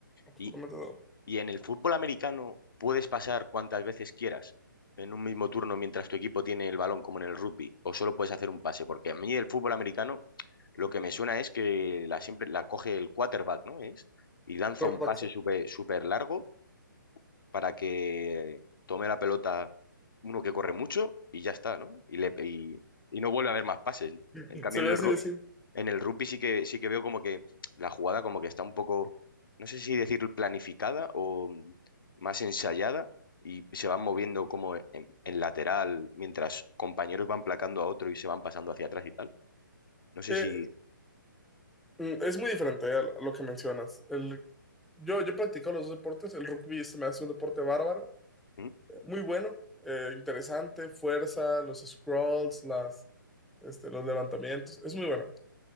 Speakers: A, in the centre; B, on the left.
A: absolutamente
B: Y,
A: todo.
B: y en el fútbol americano puedes pasar cuantas veces quieras en un mismo turno mientras tu equipo tiene el balón, como en el rugby, o solo puedes hacer un pase, porque a mí el fútbol americano Lo que me suena es que la siempre la coge el quarterback, ¿no? Es, y lanza
A: Quarterback,
B: un pase
A: sí.
B: súper súper largo para que tome la pelota uno que corre mucho y ya está, ¿no? Y, le, y, y no vuelve a haber más pases.
A: <laughs>
B: En cambio,
A: Se
B: en
A: ve
B: el,
A: así
B: ru-
A: decir.
B: en el rugby sí que, sí que veo como que la jugada como que está un poco, no sé si decir planificada o más ensayada y se van moviendo como en, en lateral mientras compañeros van placando a otro y se van pasando hacia atrás y tal. No sé
A: Eh,
B: si...
A: mm, es muy diferente eh, a lo a lo que mencionas. El, yo, yo practico los dos deportes. El rugby se me hace un deporte bárbaro,
B: ¿Mm?
A: eh, muy bueno, eh, interesante, fuerza, los scrolls, las, este, los levantamientos. Es muy bueno.